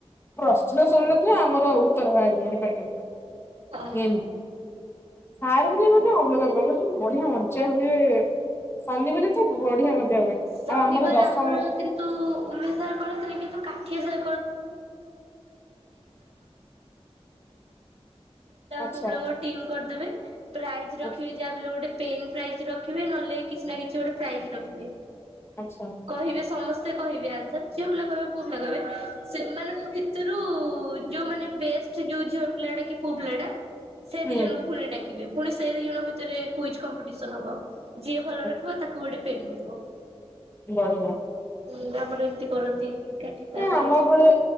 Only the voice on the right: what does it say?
ଅ
ଶନିବାର
କିନ୍ତୁ <unintelligible> ଝିଅ ପିଲା ଆଉ ପୁଅ ପିଲା
ଙ୍କ ଟିମ କରିଦେବେ, ପ୍ରାଇଜ ରଖିବେ
ଯାହା ହେଲେ ବି ଗୋଟେ। ପେନ୍ ପ୍ରାଇଜ ରଖିବେ, ନହେଲେ କିଛି ନା କିଛି ଗୋଟେ ପ୍ରାଇଜ ରଖିବେ।
କହିବେ ସମସ୍ତେ କହିବେ ଆନ୍ସର, ଝିଅ ପିଲା କହିବେ ପୁଅ ପିଲା କହିବେ ସେମାନଙ୍କ ଭି। ସେଥିରୁ ଯୋଉ ମାନେ ବେଷ୍ଟ ଯୋଉ ଝିଅ ପିଲା ଟା କି ପୁଅ ପିଲାଟା। ସେ
ଦି ଜଣଙ୍କୁ ପୁଣି ଡାକିବେ, ପୁଣି ସେ ଦି ଜଣ ଭିତରେ କୁଇଜ୍ କମ୍ପିଟିସନ ହବ। ଯିଏ ଭଲ
ରଖିବ, ତାକୁ ଗୋଟେ ପେନ୍ ମିଳିବ।
ହୁଁ, ଆମର ଏମିତି କରନ୍ତି। କାଠି ସାର୍
କରନ୍ତି